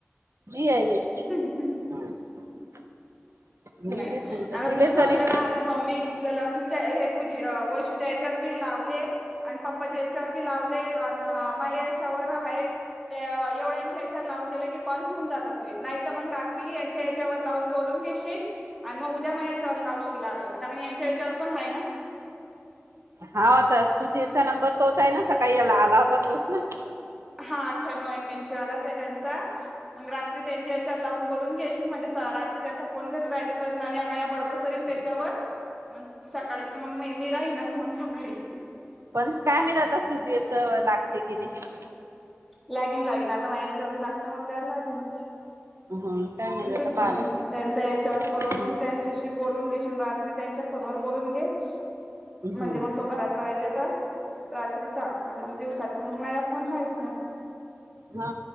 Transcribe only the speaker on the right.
आहे ते
<inaudible> मी
तेच म्हटलं
तिले
तरी
हा होता सुधीरचा नंबर तोच आहे ना, सकाळी आला होता तोच ना?
पण काय म आता सुधीरच लागते की नाही?
हम्म काय माहित
आता
पाहा लागेल
हम्म
हम्म
हा,